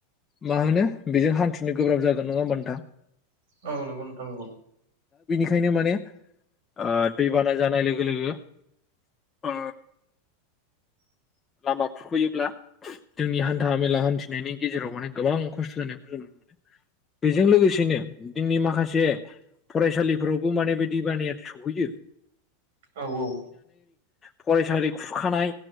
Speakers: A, on the left (about 20°); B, on the right (about 75°).
A: मा होनो बेजों हान्थिनो गोब्राब जागोन नङा होमबा नोंथां
B: औ नंगौ नोंथाङ नंगौ।
A: खायनो माने ओ दैबाना जानाय लोगो लोगो ओ
B: <inaudible>
A: लामा खुरख'योब्ला जोंनि हान्था मेला हान्थिनायनि गेजेराव माने गोबां खस्थ' जानायखौ जों नुनो मोनो। बेजों लोगोसेनो जोंनि माखासे फरायसालि फोरावबो माने बे दैबानाया सहैयो।
B: औ औ
A: फरायसालि खुरखानाय।